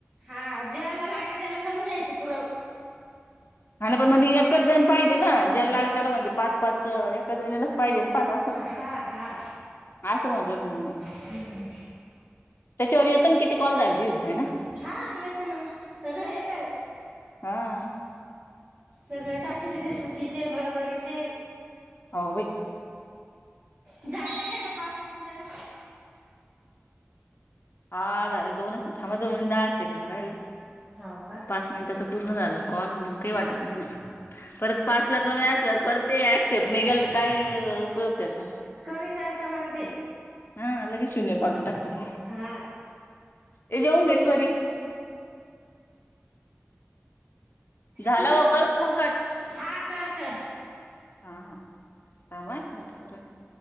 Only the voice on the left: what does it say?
ह पण मध्ये एकच जण पाहिजे ना ज्याला लागल त्याला म्हणजे पाच पाच एका जणीलाच पाहिजे पाच असं.
आसं वाजल ममी.
त्याच्यावर येत ना किती कॉल झाल त हो आहे ना
हां
हो बाई
हा झाले दोनच थांबा दोन दहा सेकड राहिले
पाच मिनिटं त्या पूर्ण झाल कॉल मग काही वाटत
नाही ना परत पाच ला कमी असल्यावर पर ते ऍक्सेप्ट निघाल तर काय उपयोग त्याचा
हा लगेच शून्य पाडून टाकत ते
ते जेऊन घेल परी. झाला
हो करू का मग कट?
हा हा सांय मण कर <unintelligible>